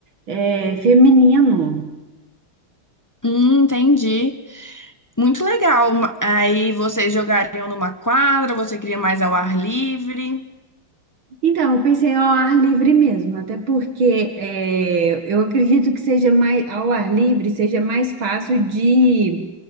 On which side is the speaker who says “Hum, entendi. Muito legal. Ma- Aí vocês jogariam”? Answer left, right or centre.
Left